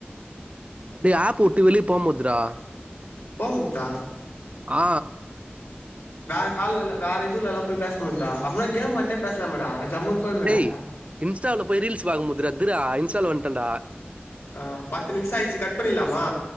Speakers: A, on the right; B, on the left.
A: டேய் ஆப்ப உட்டு வெளிய போமாதுட்ரா
B: போம்முதா
A: ஆ
B: வேற கால்லல வேற இதுலல்லா போய் பேச முடிதா அப்பனா கேம் வெளான்னே பேசலாமேடா ஜம்முன்னு போய்மேடா
A: டேய் இன்ஸ்டால போய் ரீல்ஸ் பகும் முதுதுரா இன்ஸ்டால வந்ட்டடா
B: ஆ பத்து நிமிஷம் ஆயிடுச்சு கட் பண்ணிலாமா